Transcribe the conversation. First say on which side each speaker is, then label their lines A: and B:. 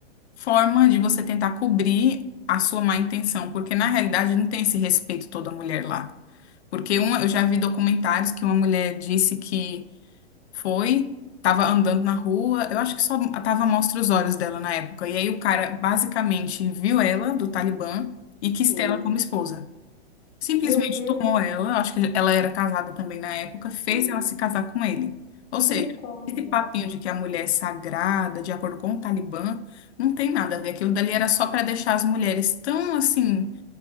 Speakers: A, on the left; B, on the left.
A: forma de você tentar cobrir a sua má intenção, porque na realidade não tem esse respeito toda mulher lá. Porque uma, eu já vi documentários que uma mulher disse que foi, estava andando na rua, eu acho que só tava à mostra os olhos dela na época. E aí o cara basicamente viu ela do Talibã e quis
B: Sim.
A: ter ela como esposa. Simplesmente
B: Meu Deus,
A: tomou ela, eu acho que ela era casada também na época, fez
B: Hum,
A: ela se casar com ele. Ou
B: misericórdia.
A: seja, esse papinho de que a mulher é sagrada, de acordo com o Talibã, não tem nada a ver. Aquilo dali era só para deixar as mulheres tão, assim,